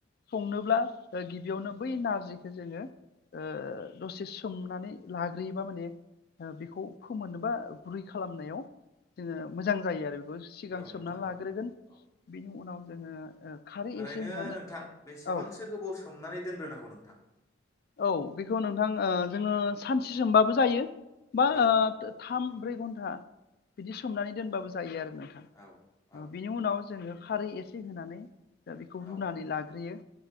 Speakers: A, on the left; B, on the left.
A: संनोब्ला ओ गिबियावनो बै नारजिखो जोङो ओ दसे सोमनानै लाग्रोयोबा माने ओ बेखौ फोमोननो बा गुरै खालामनायाव जोङो मोजां जायो आरो <unintelligible> सिगां
B: औ नोंथां
A: सोमना लाग्रोगोन
B: औ औ औ
A: बेनि उनाव जोङो ओ खारै
B: ओरैनो
A: एसे होनानै
B: नोंथां बेसेबांसो
A: औ
B: गोबाव सोमनानै दोनग्रोनांगौ नोंथां
A: औ बिखौ नोंथां ओ जोङो सानसे सोमबाबो जायो बा <unintelligible>
B: औ
A: थाम ब्रै घन्टा बिदि सोमनानै दोनबाबो जायो आरो नोंथां
B: औ औ
A: ओ बिनि उनाव जोङो खारै एसे होनानै दा बेखौ रुनानै
B: औ
A: लाग्रोयो